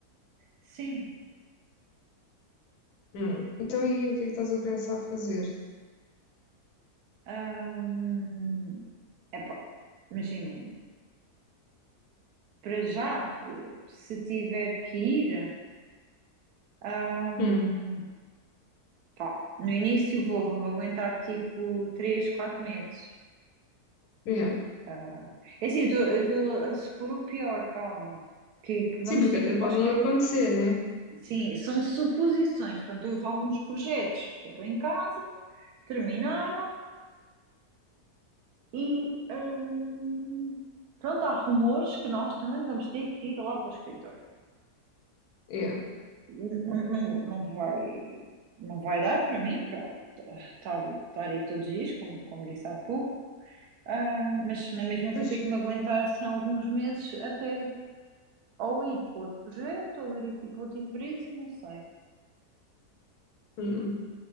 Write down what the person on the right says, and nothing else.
Sim,
hum, é pá, imagina, para já, eu, se tiver que ir. Ahm,
pá, no início vou, vou-me aguentar tipo 3 4 meses.
ok? Ah, é assim, eu estou a supor o pior, calma, que, que vamos
ter
que ir para
o escritório.
Sim, são suposições. Portanto, houve alguns projetos que eram em casa, terminaram e ahm, pronto, há rumores que nós também vamos ter que ir lá para o escritório.
não, não, não vai, não vai dar para mim, pronto, estar, estar aí todos os dias, como, como disse há pouco, Ah, mas na mesma
vou ter que me aguentar assim alguns meses até ou ir para outro projeto, ou ir aqui para outra empresa, não sei.